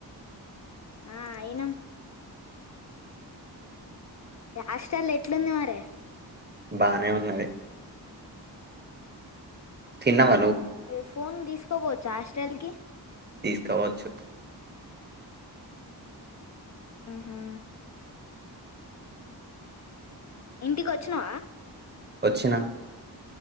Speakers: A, on the left; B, on the right.
A: ఆ అయినం ఇ ఆష్టల్లెట్లుంది మరె
B: బానే ఉన్నది తిన్నావ
A: ఏ ఫోన్ దీసుకబోచ్చాస్టల్ కి
B: తీసుకబోచ్చు
A: ఆహా ఇంటికొచ్చినవా
B: ఒచ్చినా